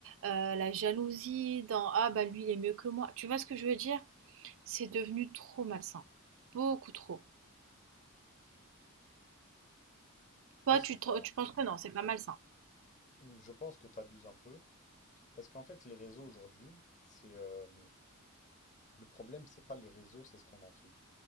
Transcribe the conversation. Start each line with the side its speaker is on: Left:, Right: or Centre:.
Right: euh, la jalousie, dans ah bah lui, il est mieux que moi. Tu vois ce que je veux dire? C'est devenu trop malsain. Beaucoup trop.
Left: Je
Right: Toi,
Left: sais
Right: tu, te-
Left: pas.
Right: tu penses que non, c'est pas malsain.
Left: Je pense que t'abuses un peu. Parce qu'en fait, les réseaux aujourd'hui, c'est euh, Le problème, c'est pas les réseaux, c'est ce qu'on en fait.